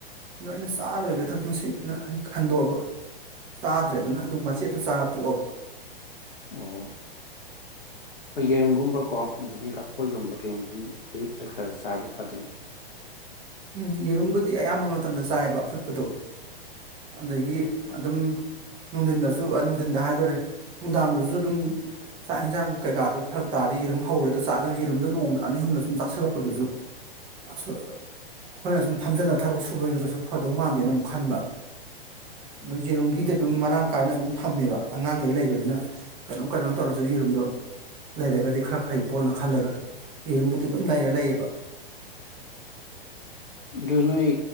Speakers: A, on the right; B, on the left.
A: ꯑꯗꯣ ꯑꯩꯅ ꯆꯥꯔꯇꯧꯒꯦꯗ ꯃꯁꯤ ꯑꯅ ꯑꯩꯅ ꯈꯟꯗꯣꯛꯑꯕ ꯆꯥꯗ꯭ꯔꯦꯗꯨꯅ
B: ꯎꯝ
A: ꯑꯗꯨ ꯃꯆꯦꯠꯇꯨ ꯆꯥꯔ ꯇꯣꯛꯑꯕ
B: ꯑꯣ ꯄ ꯌꯦꯔꯣꯒꯨꯝꯕ ꯀꯣ ꯑꯗꯒꯤ ꯂꯐꯣꯏꯒꯨꯝꯕ ꯀꯩꯒꯨꯝꯕꯗꯨ ꯑꯌꯨꯛꯇ ꯈꯔ ꯆꯥꯔꯗꯤ ꯐꯗꯨꯅꯤ
A: ꯎꯝ ꯌꯦꯔꯨꯝꯕꯨꯗꯤ ꯑꯌꯥꯝꯕ ꯃꯇꯝꯗ ꯆꯥꯏꯑꯕ ꯑꯐꯨꯠꯄꯗꯣ ꯑꯗꯒꯤ ꯑꯗꯨꯝ ꯅꯨꯡꯊꯤꯟꯗꯁꯨ ꯅꯨꯡꯊꯤꯟꯗ ꯍꯥꯏꯗꯣꯔꯦ ꯅꯨꯡꯗꯥꯡꯗꯁꯨ ꯑꯗꯨꯝ꯫ ꯆꯥꯛ ꯌꯦꯟꯖꯥꯡ ꯀꯩꯀꯥꯗꯅ ꯐꯔꯛ ꯇꯥꯔꯗꯤ ꯌꯦꯔꯨꯝ ꯍꯧꯔꯥ ꯍꯦꯛꯇꯥ ꯆꯥꯗꯅ ꯌꯦꯔꯨꯝꯗ ꯅꯣꯡꯃꯗ ꯑꯅꯤ ꯑꯍꯨꯝꯂ ꯁꯨꯝ ꯆꯥꯁꯤꯜꯂꯛꯄꯗꯨꯁꯨ ꯑꯁ ꯑꯩꯈꯣꯏꯅ ꯁꯨꯝ ꯐꯝꯖꯤꯜꯂ ꯊꯕꯛ ꯁꯨꯕꯅꯤꯅ ꯀꯩꯁꯨ ꯐꯗꯧ ꯃꯥꯟꯗꯦꯅ ꯑꯃꯨꯛ ꯈꯟꯕ ꯑꯗꯨꯝ ꯌꯦꯔꯨꯝꯒꯤꯗꯤ ꯑꯗꯨꯝ ꯃꯔꯥꯡ ꯀꯥꯏꯅ ꯑꯗꯨꯝ ꯊꯝꯃꯦꯕ ꯑꯉꯥꯡꯈꯩ ꯂꯩꯕꯅꯤꯅ ꯀꯩꯅꯣꯝ ꯀꯩꯅꯣꯝ ꯇꯧꯔꯁꯨ ꯌꯦꯖꯤꯔꯨꯝꯗꯣ ꯂꯩꯔꯒꯗꯤ ꯈꯔ ꯐꯩꯀꯣꯅ ꯈꯜꯂꯒ ꯌꯦꯔꯨꯝꯕꯨꯗꯤ ꯑꯗꯨꯝ ꯂꯩꯔ ꯂꯩꯌꯦꯕ
B: ꯑꯗꯨ ꯅꯣꯏ